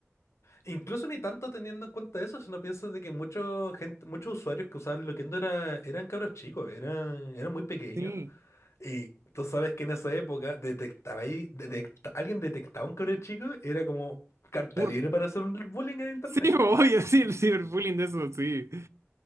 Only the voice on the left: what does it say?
incluso ni tanto teniendo en cuenta eso, si no piensas de que mucho gente, muchos usuarios que usaban Loquendo era, eran cabros chicos, eran, eran muy pequeños.
Y tú sabes que en esa época detectaba ahí, detecta- alguien detectaba un cabrón chico, era como carta
libre para hacer un bullying en internet.